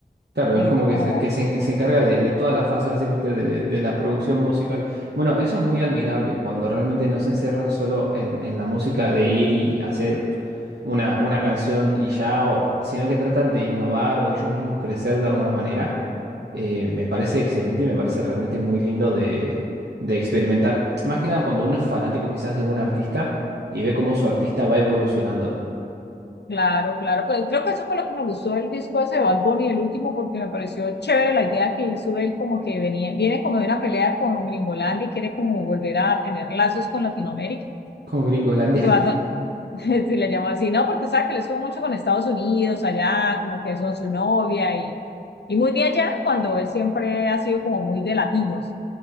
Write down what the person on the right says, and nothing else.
Claro,
es como que
se, que se en- se encarga de, de toda la fase básicamente de, de la producción musical. Bueno, eso es muy admirable, cuando realmente no se encierran solo en, en la música de ir y hacer una, una canción y ya, o- sino que tratan de innovar o ellos mismos crecer de alguna manera. Eh, me parece excelente y me parece realmente muy lindo de, de experimentar. Más que nada cuando uno es fanático quizás de un artista y ve cómo su artista va evolucionando.
Con Gringolandia,